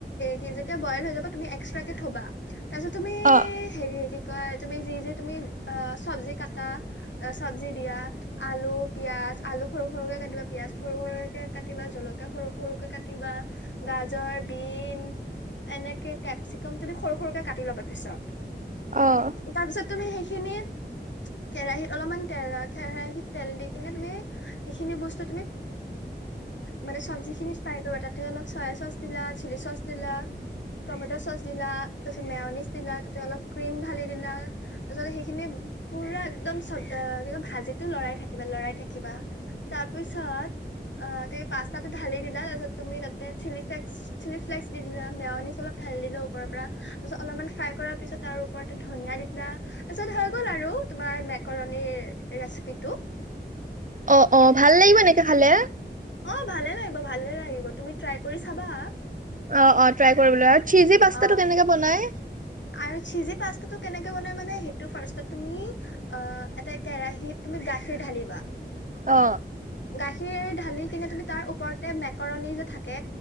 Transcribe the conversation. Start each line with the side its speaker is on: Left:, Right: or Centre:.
Left: কি যেতিয়া বইল হৈ যাব তুমি এক্সট্ৰাকে থবা। তাৰপিছত তুমি
Right: অঁ
Left: হেৰি এই কি? কয় তুমি যি যি তুমি অ চবজি কাটা অ চব্জি দিয়া আলু পিয়াজ আলু সৰু সৰুকে কাটিবা পিয়াজ সৰু সৰুকে কাটিবা জলকীয়া সৰু সৰুকে কাটি। বা গাজৰ বিন এনেকে কেপচিকম তুমি সৰু সৰুকে কাটি ল'বা পিছত।
Right: অহ
Left: তাৰপিছত তুমি সেইখিনি কেৰাহিত অলপমান তেল কেৰাহিত তেল দি কিনে তুমি সেইখিনি বস্তু মানে চব্জিখিনি ফ্ৰাই কৰিবা তাতে অলপ চয়া চচ দিলা চিলি চচ দিলা টমেটৰ চ'চ দিলা তাৰ পিছত মেয়নিছ দিলা তাতে অলপ ক্ৰিম ঢালি দিলা তাৰপিছত সেইখিনি পুৰা একদম চব ভাজিটো লৰাই থাকিবা লৰাই থাকিবা তাৰ পিছত আহ পাষ্টাটো ধালি দিলা তুমি তাতে চিলি ফ্লেকস চিলি ফ্লেক্স দি দিলা মেওনিচ অলপ ঢালি দিলা ওপৰ পৰা তাৰ পিছত অলপমান ফ্ৰাই কৰাৰ পিছত তাৰ ওপৰতে ধনিয়া দি দিলা তাৰ পিছত হৈ গ'ল আৰু তোমাৰ মে কৰনিৰ ৰেচিপিটো
Right: অঁ অঁ ভাল লাগিব এনেকে খালে
Left: অ ভালে লাগিব ভালে লাগিব তুমি ট্ৰাই কৰি চাবা
Right: অ অ ট্ৰাই কৰিব লাগিব চিজি পাষ্টাটো
Left: অ
Right: কেনেকে বনাই
Left: আৰু চিজি পাষ্টাটো কেনেকে বনাই মানে সেইটো ফাৰ্ষ্টত তুমি এ এটা কেৰাহীত তুমি গাখীৰ ঢালিবা
Right: অ
Left: গাখীৰ ঢালি কিনে তুমি তাৰ ওপৰতে মেকৰণী যে থাকে